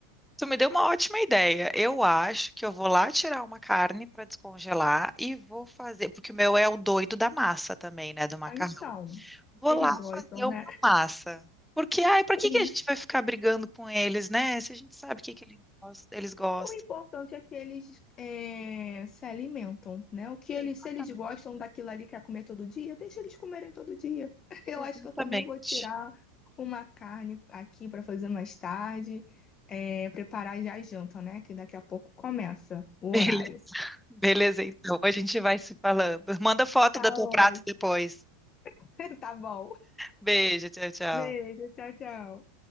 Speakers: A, in the centre; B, on the left.
A: tu me deu uma ótima ideia. Eu acho que eu vou lá tirar uma carne para descongelar e vou fazer, porque o meu é o doido da massa também, né, do macarrão.
B: Ah, Então,
A: Vou
B: eles
A: lá
B: gostam,
A: fazer uma
B: né?
A: massa. Porque, ai,
B: <laughs>
A: pra que que a gente vai ficar brigando com eles, né? Se a gente sabe o que que ele gos- eles gostam.
B: O importante é que eles é, se alimentam, né? O que eles,
A: Exatamente,
B: se eles gostam daquilo ali que é comer todo dia, deixa eles comerem todo dia. <laughs> Eu
A: exatamente.
B: acho que eu também vou tirar uma carne aqui para fazer mais tarde, é, preparar já a janta, né? Que daqui a pouco começa o
A: Beleza,
B: horário.
A: beleza, então. A gente vai se falando. Manda foto
B: Tá
A: do teu
B: ótimo.
A: prato depois.
B: <laughs> Tá bom.
A: Beijo, tchau, tchau.
B: Beijo, tchau, tchau.